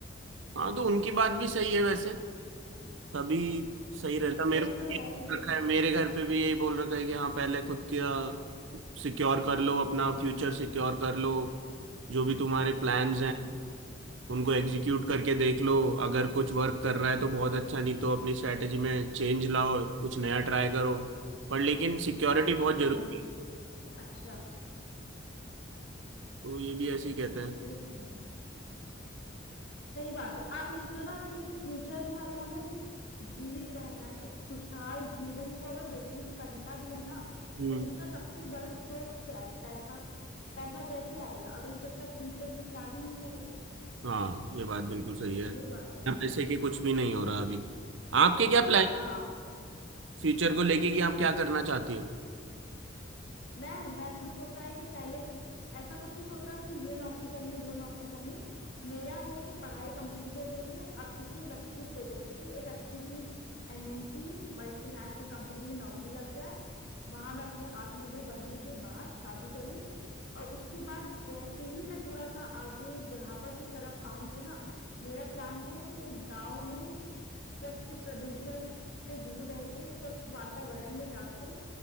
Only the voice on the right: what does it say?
हाँ तो उनकी बात भी सही है वैसे तभी सही रहता मेरे
को
यही
रखा है मेरे घर पे भी यही बोल रखा है कि हाँ पहले खुद का सिक्योर कर लो अपना फ्यूचर सिक्योर कर लो जो भी तुम्हारे प्लान्स
हैं उनको एग्जीक्यूट करके देख लो अगर कुछ वर्क कर रहा है तो बहुत अच्छा नहीं तो अपनी स्ट्रैटेजी में चेंज लाओ कुछ नया ट्राई करो पर लेकिन सिक्योरिटी बहुत जरूरी
तो ये भी ऐसे ही कहते हैं
हम्म
हाँ ये बात बिल्कुल सही है
यहाँ
पैसे के कुछ भी नहीं हो रहा अभी आपके क्या प्लान
फ्यूचर को लेके कि आप क्या करना चाहती हो